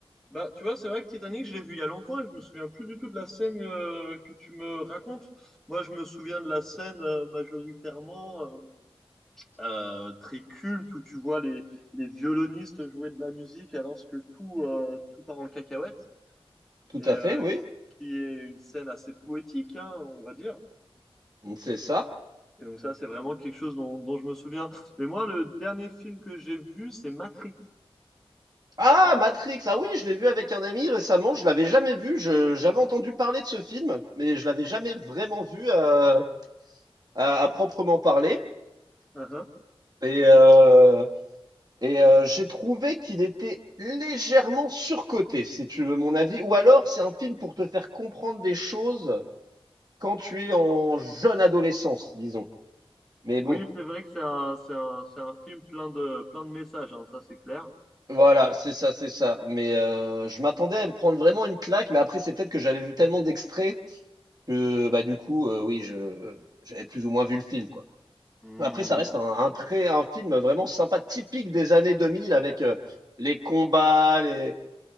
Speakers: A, in the centre; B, on the right (about 40°).
A: bah, tu vois, c'est vrai que Titanic, je l'ai vu il y a longtemps et je me souviens plus du tout de la scène euh, que tu me racontes. Moi, je me souviens de la scène euh, majoritairement. euh, euh, très culte où tu vois les, les violonistes jouer de la musique alors que tout, euh, tout part en cacahuète
B: Tout
A: et euh,
B: à fait, oui,
A: qui est une scène assez poétique, hein, on va dire.
B: c'est ça.
A: Et donc ça, c'est vraiment quelque chose dont, dont je me souviens. Mais moi, le dernier film que j'ai vu, c'est Matrix.
B: Ah, Matrix, ah oui, je l'ai vu avec un ami récemment, je l'avais jamais vu, je j'avais entendu parler de ce film, mais je l'avais jamais vraiment vu. euh, à, à proprement parler.
A: Uh-huh.
B: Et, euh, et euh, j'ai trouvé qu'il était légèrement surcoté, si tu veux mon avis. Ou alors, c'est un film pour te faire comprendre des choses quand tu es en jeune adolescence, disons. Mais
A: Oui,
B: bon,
A: c'est vrai que c'est un, c'est un, c'est un film plein de, plein de messages, hein, ça c'est clair.
B: voilà, c'est ça, c'est ça. Mais euh, je m'attendais à me prendre vraiment une claque, mais après, c'est peut-être que j'avais vu tellement d'extraits que, bah, du coup, euh, oui, je, j'avais plus ou moins vu le film, quoi.
A: Hmm.
B: Après, ça reste un, un très, un film vraiment sympa, typique des années 2000 avec euh, les combats, les,